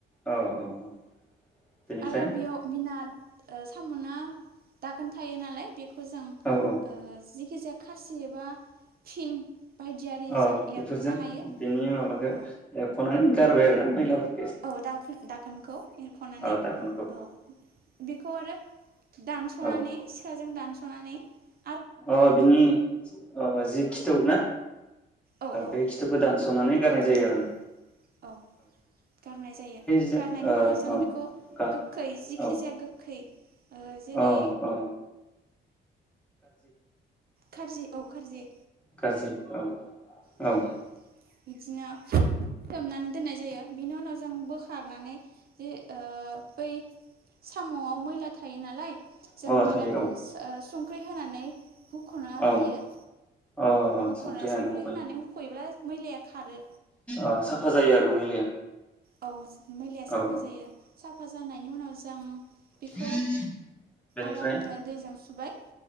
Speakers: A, in the centre; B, on the right (about 50°).
A: औ औ औ बेनिफ्राय
B: आरो बेयाव बिनाद साम'ना दाखोन थायो नालाय बे खो जों
A: औ औ
B: ओ जि खिजाया खासि एबा फिन बायदियारिजों
A: औ
B: एरख'नो
A: बेफोरजों
B: हायो
A: बेनि माबखो
B: औ
A: एरखनाय गारबाय आरो ना मैलाफोर
B: औ दाखो दाखोनखौ एरख'नानै
A: औ दाखोनखौ
B: औ बेखौ आरो दानस'नानै
A: औ
B: सिखाजों दानस' <unintelligible>
A: अ बिनि अ जि खिथौ ना?
B: औ औ
A: बे खिथुखौ दानस'नानै गारनाय जा
B: खिथा
A: जायो आरो न
B: औ गारनाय जायो
A: जों
B: गारनायनि
A: ओ
B: उनाव जोङो
A: ओं
B: बेखौ
A: गा
B: गोखै जिखि
A: औ
B: जाया गोखै ओ जेरै
A: औ औ
B: खारजि औ खारजि
A: खारजि औ
B: उम
A: औ
B: बिदिनो सोमनानै दोननाय जायो बिनि उनाव जों बोखारनानै जे ओ बै साम'आव मैला थायो नालाय जों
A: औ अ थायो
B: मैलाखौ
A: औ
B: संख्रि होनानै हुख'नो
A: औ
B: हायो
A: अ
B: हुख'ना
A: संख्रि होनानै बोखयो
B: हुख'योब्ला मैलाया खारो
A: ओ सा फा जायो आरोना मैलाया?
B: औ मैलाया साफा
A: औ
B: जायो साफा जानायनि उनाव जों बेखौ
A: औ बेनिफ्राय
B: आरामनो दैजों सु बाय